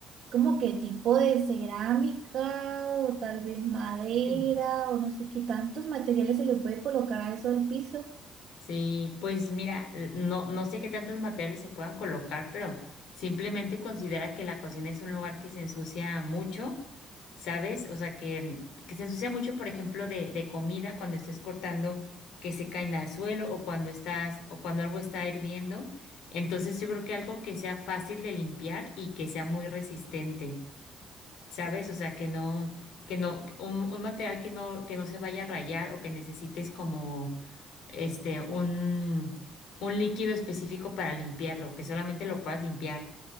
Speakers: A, on the right; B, on the left.
A: como que tipo de cerámica o tal vez madera
B: Sí.
A: o no sé qué tantos materiales se le puede colocar a eso al piso.
B: Sí, pues mira, l- no, no sé qué tantos materiales se puedan colocar, pero simplemente considera que la cocina es un lugar que se ensucia mucho, ¿sabes? O sea, que, que se ensucia mucho, por ejemplo, de, de comida cuando estés cortando que se caen al suelo o cuando estás, o cuando algo está hirviendo. Entonces yo creo que algo que sea fácil de limpiar y que sea muy resistente, ¿sabes? O sea, que no, que no, un, un material que no, que no se vaya a rayar o que necesites como este, un, un líquido específico para limpiarlo, que solamente lo puedas limpiar